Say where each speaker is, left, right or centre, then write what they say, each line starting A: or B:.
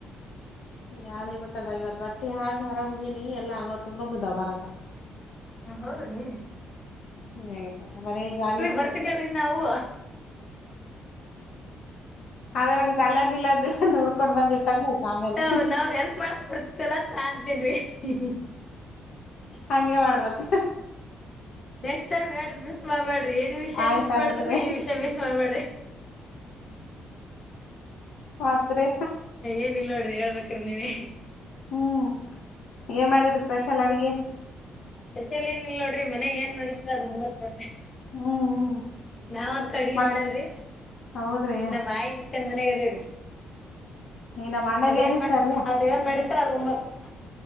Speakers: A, on the left; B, on the left.
A: ಗಾಳಿ ಬಿಟ್ಟದ ಇವತ್ತು ಬಟ್ಟ ಬಟ್ಟೆ ಹಾಕಿ ಹೊರಾಗ ಹೋಗಿನಿ ಎಲ್ಲಾ ಅಂಗಗಳ ತುಂಬಾ ಬಿದ್ವ ಬರತ್ತನ
B: ಹ ಹೌದ್ರೀ
A: ಅಯ್ಯಪ್ಪ ಬರೀ ಗಾಳಿ ಗಾಳಿ
B: ಬರ್ತಿದ್ದಿಲ್ರಿ
A: <inaudible>
B: ನಾವು
A: ಅದರಾಗ ಅಲ್ಲಿ ಅರ್ಧ ಇಲ್ಲಿ ಅರ್ಧ ಇಲ್ಲ ಅಂದ ಹುಡ್ಕೊಂಡ್ ಬಂಡಿಬಿಟ್ಟಂತ ಆಮೇಲೆ
B: ನಾವ್ ನಾವ್ ಹೆಲ್ಪ್ ಮಾಡಕ್ ಬರ್ತಲ್ಲ <unintelligible>
A: ಹಂಗೆ ಮಾಡಬೇಕು
B: ನೆಕ್ಸ್ಟ್ಟಮ್ ಹೇಳ್ರಿ ಮಿಸ್ ಮಾಡಬಡ್ರಿ ಏನ್ ವಿಷಯ
A: ಆಯ್ತ
B: ಮಿಸ್
A: ಆಯ್ತ್ರಿ
B: ಮಾಡಿದ್ರ ಈನ್ ವಿಷಯ ಮಿಸ್ ಮಾಡಬೇಡ್ರಿ
A: ಮತ್ರಿ
B: ಏನಿಲ್ಲ ಹೇಳ್ಬೇಕ್ರಿ ನೀವೆ
A: ಹ್ಮ್ ಏನ್ ಮಾಡ್ರರಿ ಸ್ಪೆಷಲ್ ಅಡ್ಗೆ
B: ಸ್ಪೆಷಲ್ ಏನಿಲ್ಲ ನೋಡ್ರಿ ಮನೆಗ್ ಏನ್ ಮಾಡಿತಾರೇ ಅದೇ
A: ಹ್ಮ್ ಹ್ಮ್
B: ನಾವಂತೂ ಅಡ್ಗೆ
A: ಮತ್
B: ಮಾಡಲ್ರಿ
A: ಹೌದ್ರಿ
B: ನಮ್ಮ್ ಆಯಿ ಮತ್ತನ್ ಮನ್ಯಾಗ ಅದೇರೀ
A: ಈ ನಮ್ ಅಣ್ಣಗ
B: ಅವ್ರೇಏನ್
A: ಏನ್ ಇಷ್ಟ ರೀ
B: ಅವ್ರ ಏನ್ ಮಾಡತಾರೆ ಅದು ಉಣಬೇಕು